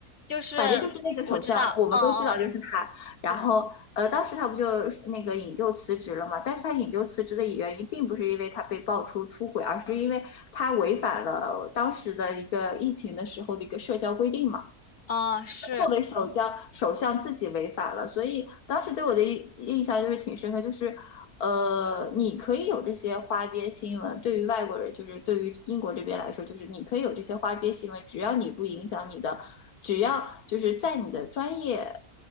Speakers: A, on the left (about 45°); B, on the left (about 80°).
A: 就是我知道，
B: 反正就是那个首相，我们都知道就是他。
A: 哦哦，
B: 然后，
A: 对，
B: 呃，当时他不就那个引咎辞职了嘛？但是他引咎辞职的原因并不是因为他被爆出出轨，而是因为他违反了当时的一个疫情的时候的一个社交规定嘛。
A: 哦是，
B: 作为首相，首相自己违法了，所以当时对我的印印象就是挺深刻，就是呃，你可以有这些花边新闻，对于外国人，就是对于英国这边来说，就是你可以有这些花边新闻，只要你不影响你的，只要就是在你的专业